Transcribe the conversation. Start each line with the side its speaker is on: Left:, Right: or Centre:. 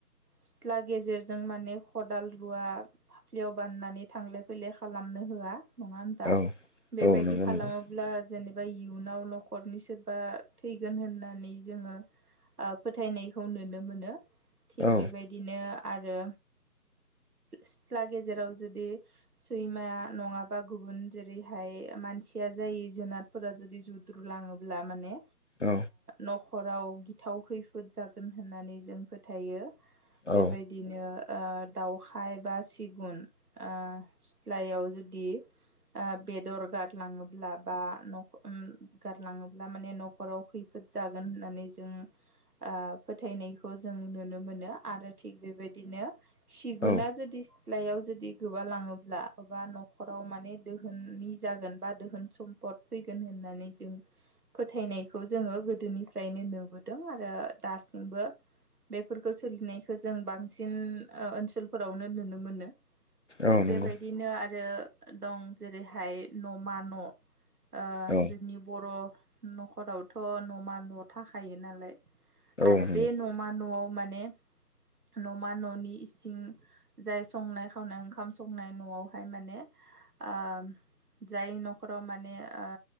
Right: सिथ्ला गेजेरजों माने खदाल रुवा फाफ्लियाव बाननानै थांलाय फैलाय खालामनो होआ। नङा होनबा
Left: औ
Right: बेबायदि
Left: औ नंगौ
Right: खालामोब्ला
Left: नोंथां
Right: जेनेबा इयुनाव न'खरनिसो बा थैगोन होननानै जोङो ओ फोथायनायखौ नुनो मोनो थिग
Left: औ
Right: बेबायदिनो आरो सिथ्ला गेजेराव जुदि सैमाया नङाबा गुबुन जेरैहाय मानसिया जायो जुनादफोरा जुदि जुद्रु लाङोब्ला ब्ला माने
Left: औ
Right: न'खराव ओ गिथाव खैफोद जागोन होननानै जों फोथायो
Left: औ
Right: बेबायदिनो ओ दाउखाय बा सिगुन ओ सिथ्लायाव जुदि ओ बेदर गारलाङोब्ला बा नखो गारलाङोब्ला ब्ला माने न'खराव खैफोद जागोन होननानै जों ओ फोथायनायखौ जों नुनो मोनो नो आरो थिग बेबायदिनो सिगुना
Left: औ
Right: जुदि सिथ्लायाव जुदि गोबा लाङोब्ला बा न'खराव माने दोहोननि जागोन बा दोहोन सम भट फैगोन होननानै जों फोथायनायखौ जोंङो गोदोनिफ्रायनो नुबोदों आरो दासिमबो बेफोरखौ सोलिनायखौ जों बांसिन ओ ओनसोलफोरावनो नुनो मोनो। थिग
Left: औ नंगौ
Right: बेबायदिनो आरो दं जेरैहाय न'मा न' ओ
Left: औ
Right: जोंनि बर' न'खरावथ' न'मा न' थाखायो नालाय
Left: औ
Right: आरो
Left: नंगौ
Right: बे न'मा न'आव माने न'मा न'नि इसिं जाय संनाय खावनाय ओंखाम संनाय न'आवहाय माने ओ जाय न'खराव माने ओ